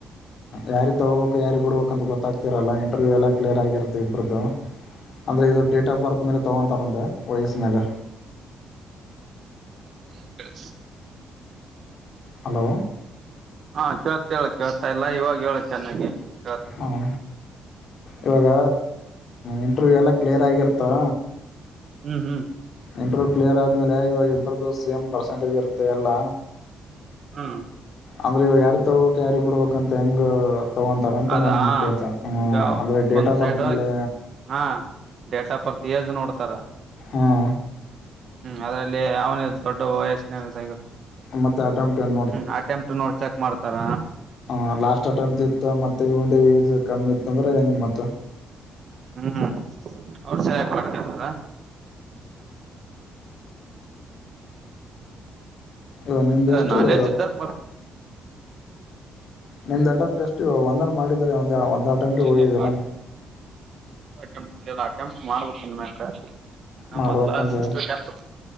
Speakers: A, on the left (about 65°); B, on the right (about 50°).
A: ಯಾರಿಗೆ ತೊಗೋಬೇಕು ಯಾರಿಿಗೆ ಬಿಡ್ಬೇಕಂತ ಗೊತ್ತಾಗ್ತಿರಲ್ಲ ಇಂಟರ್ವ್ಯೂ ಎಲ್ಲ ಕ್ಲಿಯರ್ ಆಗಿರುತ್ತೆ ಇಬ್ರದ್ದು ಅಂದರೆ ಇದು ಡೇಟ್ ಆಫ್ ಬರ್ತ್ ಮೇಲೆ ತಗೊತಾರಂದೆ ವಯಸ್ಸ ಮೇಲೆ
B: ಯದ ಎ ಕಡೆ
A: ಹಲೋ
B: ಹಾ ಕೇಳ್ತದ ಹೇಳ ಕೇಳ್ತಾಯಿಲ್ಲಾ ಇವಾಗ ಹೇಳ ಚೆನ್ನಾಗಿ ಕೇಳ್ತ
A: ಹಾಂ, ಇವಾಗ ಇಂಟ್ರವ್ಯೂ ಎಲ್ಲ ಕ್ಲಿಯರ್ ಆಗಿರ್ತ್ತಾ
B: ಹ್ಮ್ ಹ್ಮ್
A: ಇಂಟ್ರವ್ಯೂ ಕ್ಲಿಯರ್ ಆದಮೇಲೆ ಇವಾಗ ಇಬ್ಬರದು ಸೇಮ್ ಪರ್ಸೆಂಟೇಜ್ ಇರುತ್ತೆ ಎಲ್ಲ
B: ಹಾ
A: ಅಂದ್ರ ಇವ ಯಾರಿಗೆ ತೊಗೋಬೇಕು ಯಾರಿಗೆ ಬಿಡ್ಬೇಕಂತ ಹೆಂಗ ತಗೋಂತಾರ ಅಂತ
B: ಅದಾ
A: ನಾನ್ ನಿನ್ ಕೇಳ್ತ
B: ಈಗ
A: ಅಂದ್ರೆ ಡೇಟ್
B: ಒಂದ್
A: ಆಫ್
B: ಸೈಡ್
A: ಬರ್ತ್ ಮೇಲೆ
B: ಹಾ ಡೇಟ್ ಆಫ್ ಬರ್ತ್ ಏಜ್ ನೋಡ್ತಾರಾ
A: ಹಾಂ
B: ಅದರಲ್ಲಿ ಅವನ ದೊಡ್ಡ ವಯಸ್ನೆಾಗಿ
A: ಮತ್ತೆ ಅಟೆಂಪ್ಟ್ ಏನ್
B: ಹ್ಮ ಅಟೆಂಟ್ ನೋಡ್ಕ್ ಮಾಡ್ತಾರ
A: ಹ ಲಾಸ್ಟ್ ಅಟೆಂ ಇತ್ತು ಮತ್ತೆ ಏಜ್ ಕಮ್ಮಿ ಇತ್ತಂದ್ರೆ ಹೆಂಗ ಮತ್ತ
B: ಹ್ಮ್ ಅವ್ರ ಸೇಲ್ಕಟ ಮಾಡಕೆಂತಾರ
A: ಇವಾಗ
B: ಒಟ್ಟ
A: ನಿಮ್ದ ಎಷ್ಟು
B: ನಾಲೇಜ್
A: ಇವಾಗ
B: ಇದ್ದರು
A: ನಿಮ್ದ ಅಟೆಂಪ್ಟ ಎಷ್ಟು ಒಂದನ್ನು ಮಾಡಿದರೆ ಒಂದ ಒಂದ್ ಅಟೆಂಪ್ಟಗೆ
B: ಇಲ್ಲಪ್ಪ
A: ಹೋಗಿದೆಲ್ಲ
B: ಒಂದು ಅಟೆಂಪ್ಟ ಮಾಡ ಟಂಪ್ಟ ಮಾಡ್ಬೇಕು ಇನ್ ಮ್ಯಾಕ ನಮ್ಮ
A: ಮಾಡ್ಬೇಕಂದ
B: ಮೊದಲ ಸಿಕ್ಸ ಟು